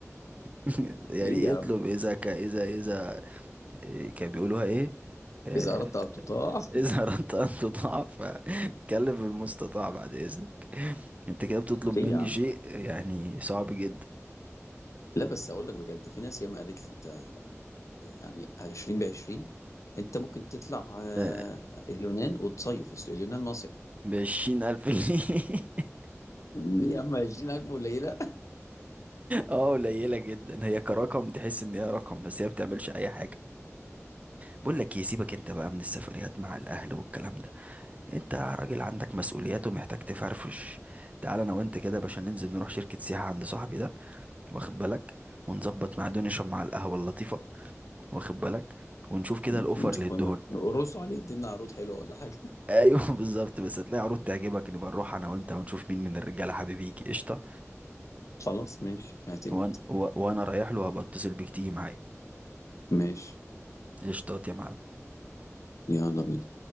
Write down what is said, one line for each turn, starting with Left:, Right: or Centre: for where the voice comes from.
Right: <laughs> يعني
Left: ليه
Right: ايه
Left: يا عم
Right: اطلب إيه اذا ك اذا اذا إيه كان بيقولوها ايه آه،
Left: اذا اردت ان تطاع <laughs>
Right: اذا <laughs> اردت ان تطاع فكلم المستطاع بعد اذنك انت كده بتطلب
Left: ليه
Right: مني
Left: يا عم
Right: شيء يعني صعب جدا
Left: لا بس اقول لك بجد في ناس ياما قالت لي انت يعني 20 ب 20 انت ممكن تطلع آه،
Right: آه،
Left: اليونان وتصيف الس- اليونان مصيف
Right: بعشرين الف جنيه <laughs>
Left: ليه يا عم 20000 قليله
Right: اه قليلة جدا هي كرقم تحس ان هي رقم بس هي بتعملش اي حاجة بقول لك ايه سيبك انت بقى من السفريات مع الاهل والكلام ده انت راجل عندك مسؤوليات ومحتاج تفرفش تعال انا وانت كده يا باشا ننزل نروح شركة سياحة عند صاحبي ده واخد بالك ونظبط مع نشرب مع القهوة اللطيفة واخد بالك ونشوف كده
Left: <laughs>
Right: الاوفر
Left: نشوف
Right: اللي ادهن
Left: قلنا نقرصوا عليه ادينا عروض حلوه ولا حاجه
Right: ايوه <laughs> بالظبط بس هتلاقي عروض تعجبك نبقى نروح انا وانت ونشوف مين من الرجالة حبيب يجي قشطة
Left: خلاص ماشي اعتمد
Right: وان- و- وانا رايح له هبقى اتصل بيك تيجي معايا
Left: ماشي
Right: قشطات يا معلم
Left: يلا بينا